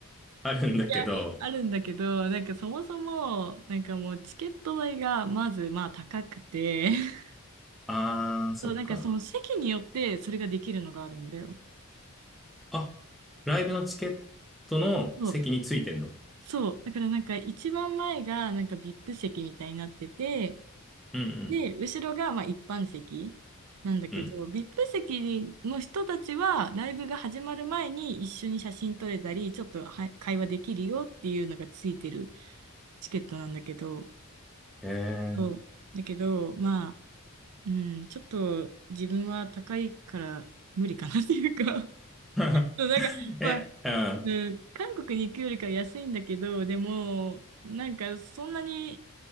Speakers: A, in the centre; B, on the right (about 80°).
A: あるんだけど、
B: や、あるんだけど、なんかそもそも、なんかもうチケット代がまずまあ高くて、<laughs>
A: あー、そっか。
B: そう、なんかその席によってそれができるのがあるんだよ。
A: あ、ライブのチケットの席についてんの
B: そう。そう。だからなんか一番前がなんか VIP 席みたいになってて、
A: うん
B: で、後ろがまあ一般席なんだけど、
A: うん、うん。
B: VIP 席の人たちはライブが始まる前に一緒に写真撮れたり、ちょっとは会話できるよっていうのがついてるチケットなんだけど、
A: え
B: そう。
A: ー。
B: だけど、まあ、うん、ちょっと自分は高いから無理かなっていうか <laughs>
A: <laughs>
B: そうなんか、
A: え、
B: まあ、
A: うん。
B: うん、韓国に行くよりかは安いんだけど、でも、なんかそんなに、